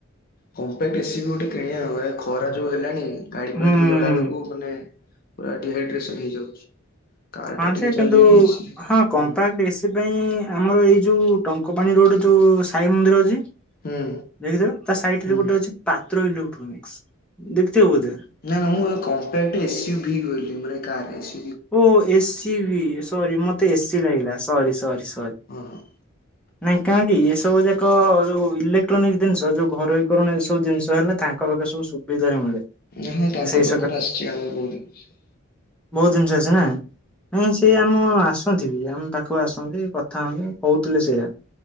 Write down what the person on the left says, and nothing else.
କମ୍ପାକ୍ଟ ଏ ସି ବି ଗୋଟେ କିଣିବା ଏ ଖରା ଯୋଉ ହେଲାଣି। ଗାଡି
ଫାଡିରେ ଗଲା ବେଳକୁ ମାନେ। ପୁରା ଡିହାଇଡ୍ରେସନ ହେଇଯାଉଛି। କାର
ଟା ଟିକେ
ଚଲେଇକି
ଏସିରେ
ହୁଁ
ହୁଁ
ହୁଁ
ନା ନା ମୁଁ କମ୍ପାକ୍ଟ ଏସ ୟୁ ଭି କହିଲି ମାନେ car S
ହଁ ହଁ।
ନା ହଁ ତାଙ୍କ
ପାଖରୁ ଆସିଛି ଆମର ବହୁତ ଜିନିଷ।